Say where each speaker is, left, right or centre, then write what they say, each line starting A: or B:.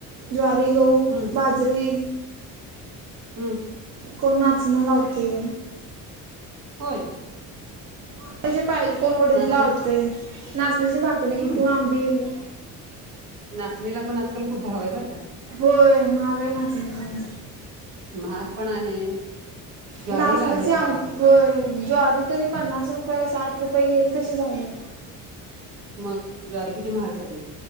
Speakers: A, on the right; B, on the right.
A: ज्वारी गहू
B: हम्म
A: बाजरी
B: ह
A: कोन नाचन लावतंय
B: होय
A: म्हणजे पायजे तर कोण उडीद
B: नाचणी
A: लावतंय नाचण्याची भाकरी
B: हम्म
A: किंवा आंबिल
B: नाचणीला पण आजकाल खूप भाव आहे बरं का
A: होय महागाय नाचणी पण
B: महाग पण आहे. ज्वारीला
A: नाचण्याचे
B: आहे
A: आम
B: भाव
A: होय ज्वारी तरी पन्नास रुपये साठ रुपये घेईल तसे झाले.
B: मग ज्वारे किती महाग झाली